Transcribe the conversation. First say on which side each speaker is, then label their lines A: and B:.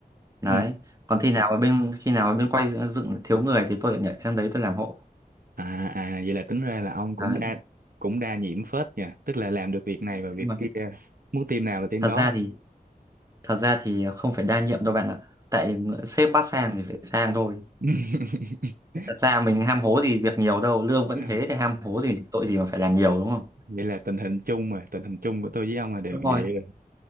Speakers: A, on the right; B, on the right.
A: đấy
B: ừ
A: còn khi nào mà bên khi nào mà bên quay dựng, dựng thiếu người thì tôi lại nhảy sang đấy tôi làm hộ
B: À, à vậy là tính ra là ông cũng
A: đấy
B: đa cũng đa nhiễm phết nha, tức là làm được việc này và việc
A: nhưng mà
B: kia, muốn team nào là team
A: thật
B: đó.
A: ra thì Thật ra thì không phải đa nhiệm đâu bạn ạ. Tại ng- sếp bắt sang thì phải sang thôi.
B: <laughs>
A: Thật ra mình ham hố gì việc nhiều đâu, lương vẫn
B: Ừ.
A: thế thì ham hố gì tội gì mà phải làm nhiều đúng không?
B: Vậy là tình hình chung mà, tình hình chung của tôi với ông là đều
A: Đúng rồi.
B: vậy rồi.